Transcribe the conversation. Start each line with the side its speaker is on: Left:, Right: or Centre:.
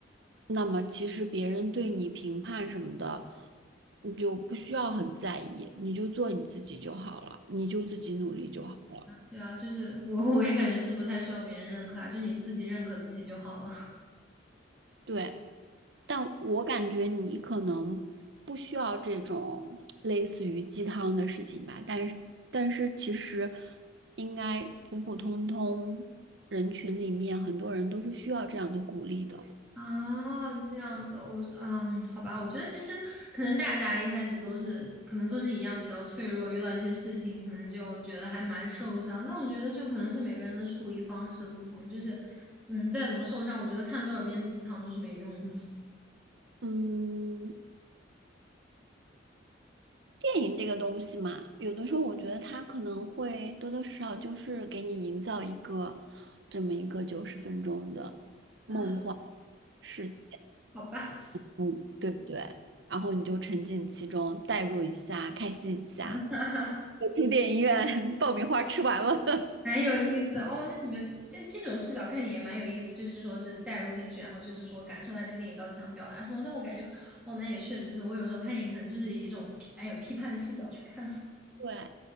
Right: 那么其实别人对你评判什么的，你就不需要很在意，你就做你自己就好了，你就自己努力就好了。
Centre: 对啊，就是我 <laughs> 我也感觉是不太需要别人认可啊，就你自己认可自己就好了。
Right: 对，但我感觉你可能不需要这种类似于鸡汤的事情吧，但是但是其实应该普普通通人群里面很多人都是需要这样的鼓励的。
Centre: 啊，这样子，我嗯，好吧，我觉得其实可能大家一开始都是，可能都是一样比较脆弱，遇到一些事情，可能就觉得还蛮受伤。但我觉得就可能是每个人的处理方式不同，就是嗯，再怎么受伤，我觉得看多少遍鸡汤都是没用的。<laughs>
Right: 嗯，电影这个东西嘛，有的时候我觉得它可能会多多少少就是给你营造一个这么一个九十分钟的梦幻
Centre: 啊，
Right: 世界，
Centre: 好吧，
Right: 嗯，对不对？然后你就沉浸其中，代入一下，开心一下。
Centre: <laughs> 哈哈。
Right: 我住电影院，<laughs> 爆米花吃完了。
Centre: 蛮有意思的哦。那你们这这种视角看你也蛮有意思，就是说是带入进去，然后就是说感受他这个电影到底想表达什么。但我感觉，哦，那也确实是我有时候看你可能就是以一种哎有批判的视角去看。<laughs>
Right: <laughs> 对，